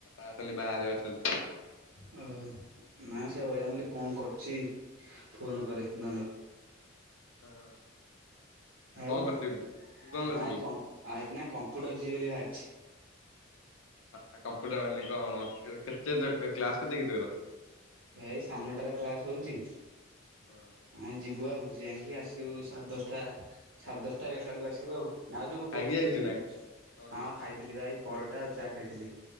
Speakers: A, on the left (about 80°); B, on the right (about 65°).
A: ଆଉ' ଖାଲି ବାହାରେ, ଅଛନ୍ତି।
B: ନାଇ ସେ ବୋଲିଆ ୲କଣ, କରୁଛି? ଫୋନ କରେ, ଧନକୁ ୲
A: ହଁ
B: ଆଉ'
A: କଣ କରୁଛୁ କି ତୁ କଣ କରୁଥିଲୁ
B: ନାଇ
A: କି
B: କମ୍ପୁ- କମ୍ପୁଟର ଯିବି ବୋଲି ବାହା
A: ଆ କମ୍ପ୍ୟୁଟର ମାନେ କଣ? କେତେ, କ୍ଲାସ କେତେ କି ତୋର?
B: ଏଇ ସାନଟାର କ୍ଲାସ, ହଉଛି
A: ହଁ
B: ୲ଆ'ଯିବୁ ଆଉ, ଯାଇକି ଆସିବୁ ୲ ସାଢ଼େ ଦଶଟା, ସାଢ଼େ ଦଶଟା, ଏଗାର ଟା ବେଳକୁ ଆସିବୁ, ଆଉ। ଆଉ' ଯୋଉ କଣ,
A: ଖାଇକି
B: କହୁଥିଲି
A: ଯାଇଛୁ
B: କହିଲୁ?
A: ନା କଣ
B: ହଁ
A: କହୁଛୁ
B: ଖାଇଥିଲି ବା ଏଇ ୲ ପରଟା ଆଉ' ଚା ଖାଇଥିଲି।